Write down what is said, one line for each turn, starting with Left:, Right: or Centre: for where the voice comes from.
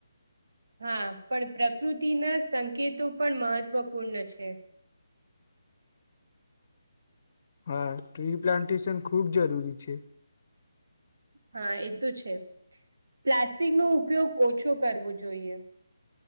Right: હા પણ પ્રકૃતિના સંકેતો પણ મહત્વપૂર્ણ છે
Left: હા ટ્રી પ્લાન્ટેશન ખૂબ જરૂરી છે
Right: હા એ તો છે પ્લાસ્ટિક નો ઉપયોગ ઓછો કરવો જોઈએ